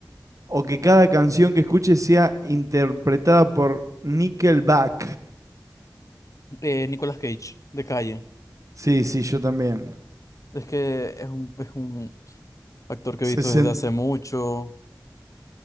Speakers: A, on the right; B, on the left.
A: o que cada canción que escuches sea interpretada por Nickelback.
B: Eh, Nicolas Cage, de calle.
A: Sí, sí, yo también.
B: Es que es un, es un actor que
A: Sesen-
B: he visto desde hace mucho.